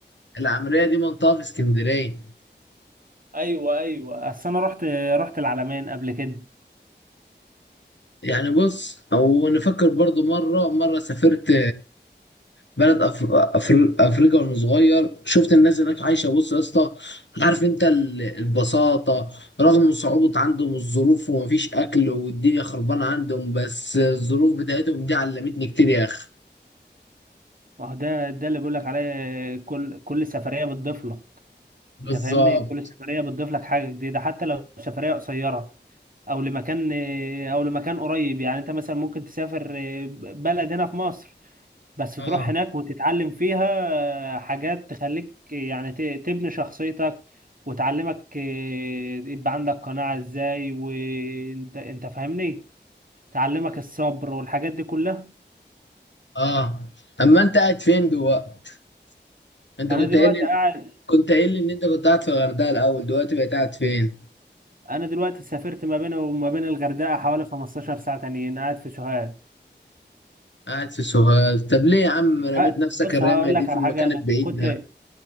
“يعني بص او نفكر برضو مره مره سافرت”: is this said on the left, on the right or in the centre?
Left